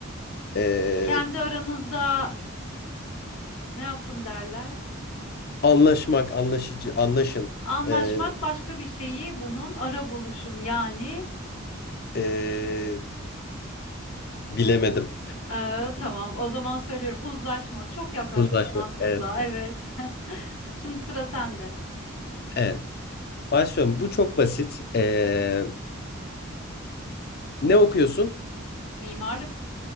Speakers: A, on the left (about 50°); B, on the left (about 85°).
A: Ee,
B: Kendi aranızda ne yapın derler.
A: anlaşmak, anlaşıcı, anlaşın.
B: Anlaşmak
A: Ee,
B: başka bir şeyi bunun ara buluşun yani.
A: ee, bilemedim.
B: Ee, tamam o zaman söylüyorum uzlaşmak. Çok yaklaşmıştın
A: Uzlaşmak,
B: aslında
A: evet.
B: evet. <laughs> Şimdi sıra sende.
A: Evet. Başlıyorum. Bu çok basit. Ee, ne okuyorsun?
B: Mimarlık,